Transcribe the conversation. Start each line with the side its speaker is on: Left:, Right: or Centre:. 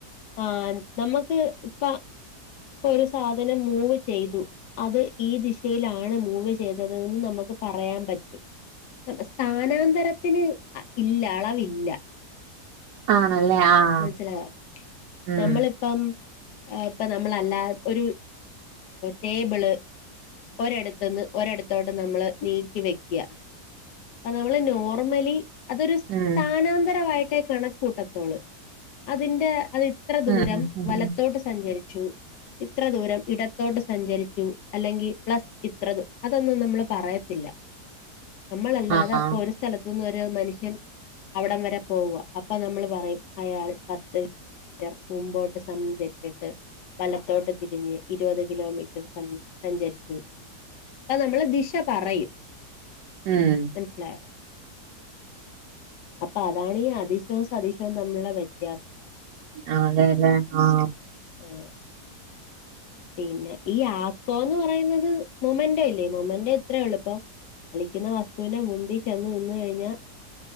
Left: ആഹ് നമ്മക്ക് ഇപ്പൊ ഇപ്പൊരു സാധനം മൂവ് ചെയ്തു അത് ഈ ദിശയിലാണ് മൂവ് ചെയ്തത് ന്ന് നമുക്ക് പറയാൻ പറ്റും സ്ഥാനാന്തരത്തിന് അ ഇല്ല അളവില്ല
Right: ആണല്ലേ ആഹ്
Left: മൻസിലായ
Right: ഉം
Left: നമ്മള് ഇപ്പം പ്പ നമ്മളല്ലാ ഒരു ടേബിള് ഒരെടത്ത്ന്ന് ഒരെടത്തോട്ട് നമ്മള് നീക്കി വെക്കുക അപ്പനമ്മള് നോർമലി അതൊരു സ്ഥാനാന്തരമായിട്ടേ
Right: ഉം.
Left: കണക്കൂട്ടത്തോളൂ അതിന്റെ അതിത്ര ദൂരം
Right: ഉം ഉം ഉം
Left: വലത്തോട്ട് സഞ്ചരിച്ചു ഇത്ര ദൂരം ഇടത്തോട്ട് സഞ്ചരിച്ചു അല്ലെങ്കിൽ പ്ലസ് ഇത്ര അതൊന്നും നമ്മള് പറയത്തില്ല നമ്മളല്ലാതെ
Right: ആഹ്
Left: പ്പൊ ഒരു സ്ഥലത്തു നിന്ന് ഒരു മനുഷ്യൻ അവിടം വരെ പോവുക അപ്പൊ നമ്മൾ പറയും അയാൾ പത്ത് <unintelligible> മുമ്പോട്ട് സംഞ്ചരിച്ചിട്ട് വലത്തോട്ട് തിരിഞ്ഞ് ഇരുപത് കിലോമീറ്റർ സംസഞ്ചരിച്ചു അ നമ്മള് ദിശ പറയും
Right: ഉം
Left: മൻസ്സിലായോ അപ്പതാണീ അതിശോ സതിശം തമ്മിള്ള വ്യത്യാസം
Right: ആ അതേ ലേ ആഹ്
Left: ഉം പിന്നെ ഈ ആക്കോന്ന് പറയുന്നത് മൊമന്റ ഇല്ലേ മൊമന്റ ഇത്രേ ഒള്ളൂ പ്പൊ ചലിക്കുന്ന വസ്തുവിന്റെ മുമ്പി ചെന്ന് നിന്ന്കഴിഞ്ഞാ